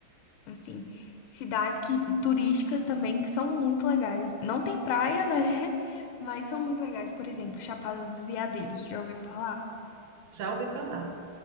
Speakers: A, on the left; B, on the right.
A: assim, cidades que turísticas também que são muito legais. Não tem praia, né? <laughs> Mas são muito legais. Por exemplo, Chapada dos Veadeiros, já ouviu falar?
B: Já ouvi falar.